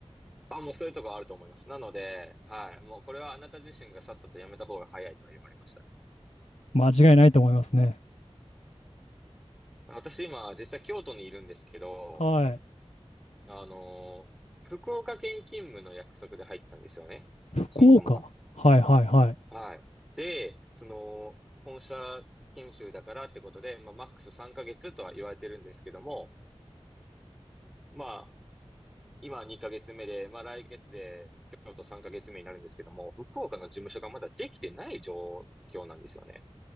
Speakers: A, in the centre; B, on the left.
A: あ、もうそういうとこあると思います。なので、はい、もうこれはあなた自身がさっさとやめた方が早いとは言われました。
B: 間違いないと思いますね。
A: 私今、実際京都にいるんですけど、
B: はい。
A: あの福岡県勤務の約束で入ったんですよね。
B: 福岡。
A: そもそもが。
B: はいはいはい。
A: はい。で、その、本社研修だからってことで、まあ、マックス3ヶ月とは言われてるんですけども、まあ、今2ヶ月目で、まあ、来月で京都3ヶ月目になるんですけども、福岡の事務所がまだできてない状況なんですよね。